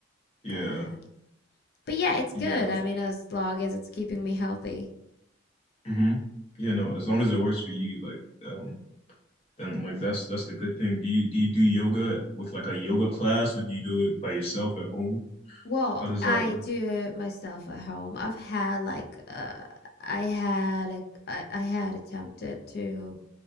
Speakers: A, on the left; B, on the left.
A: Yeah.
B: but but yeah, it's
A: Yeah,
B: good.
A: no.
B: I mean, as long as it's keeping me healthy.
A: hmm Yeah, no. As long as it works for you, like um then like that's that's the good thing. Do you do you do yoga with like a yoga class, or do you do it by yourself at home?
B: Well,
A: How does
B: I
A: that work?
B: do it myself at home. I've had like uh I had a, I, I had attempted to